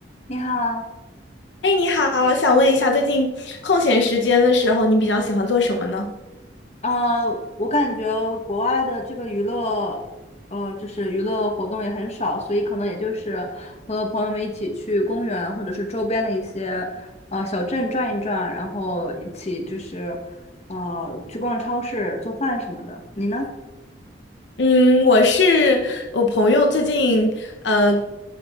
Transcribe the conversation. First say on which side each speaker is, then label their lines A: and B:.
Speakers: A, on the left (about 35°); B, on the left (about 70°).
A: 你好，
B: 哎，你好，想问一下，最近空闲时间的时候，你比较喜欢做什么呢？
A: 呃，我感觉国外的这个娱乐，呃，就是娱乐活动也很少，所以可能也就是和朋友们一起去公园或者是周边的一些呃小镇转一转，然后一起就是呃去逛超市、做饭什么的。你呢？
B: 嗯，我是我朋友最近呃，